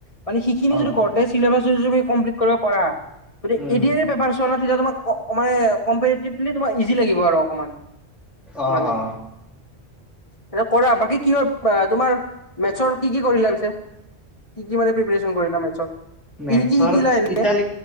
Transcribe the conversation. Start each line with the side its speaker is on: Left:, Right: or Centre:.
Left: মানে সেইখিনি
Centre: অ
Left: য ঘৰতে
Centre: অ
Left: চবা কমপ্লিট কৰিব পাৰ গতি এ
Centre: উম
Left: এডিয়াৰি পেপাৰ <unintelligible> তোমাক ইজি লাগিব আৰু অকণমান
Centre: অ
Left: মানে
Centre: অ
Left: এটো কৰা বাকী কি হয় তোমাৰ মেথছৰ কি কি কৰিলা পিছে কি কি মানে প্ৰিপেচন কৰিলা মেথছৰ শিকি
Centre: মেথছৰ
Left: শিকিলা এনে
Centre: ইটালী